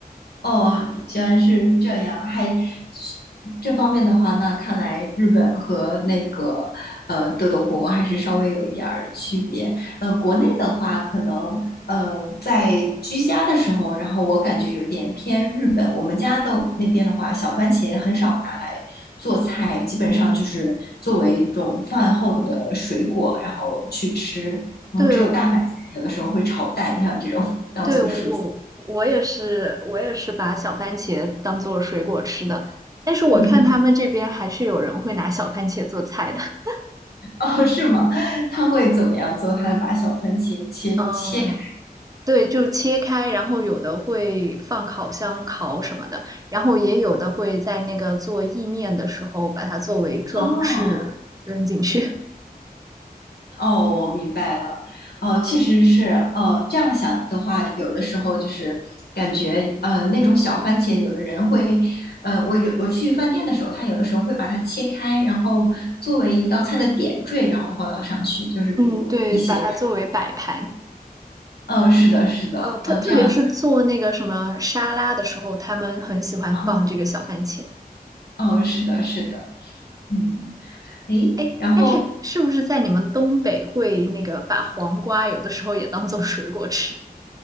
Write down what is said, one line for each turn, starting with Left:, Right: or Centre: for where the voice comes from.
Left: 哦，居然是这样，还是这方面的话，那看来日本和那个呃德国还是稍微有一点儿区别。呃，国内的话，可能嗯呃在居家的时候，然后我感觉有一点偏日本。我们家的那边的话，小番茄很少拿来做菜，基本上就是作为一种饭后的水果，然后去吃。嗯，
Right: 对，
Left: 只有大番茄，
Right: 我
Left: 有的时候会炒蛋，像这种当做蔬菜。
Right: 对，我我我也是，我也是把小番茄当做水果吃的，但是我看他们这边还是有人会拿小番茄做菜的。
Left: 嗯嗯。
Right: <laughs>
Left: 哦，是吗？他会怎么样做？他把小番茄切切开。
Right: 嗯，对，就切开，然后有的会放烤箱烤什么的，然后也有的会在那个做意面的时候把它作为装饰扔进去。
Left: 哦哦，我明白了。哦，确实是。哦，这样想的话，有的时候就是感觉呃那种小番茄，有的人会呃，我有我去饭店的时候，他有的时候会把它切开，然后作为一道菜的点缀，然后放到上去，
Right: <laughs>
Left: 就是比如一些什么。
Right: 嗯，对，把它作为摆盘。
Left: 呃，是的，是的。
Right: 哦，特特别是做那个什么沙拉的时候，
Left: 嗯、这样
Right: 他们很喜欢放这个小番茄。
Left: 想。哦，是的，是的。嗯，诶，
Right: 哎，
Left: 然后。
Right: 但是是不是在你们东北会那个把黄瓜有的时候也当做水果吃，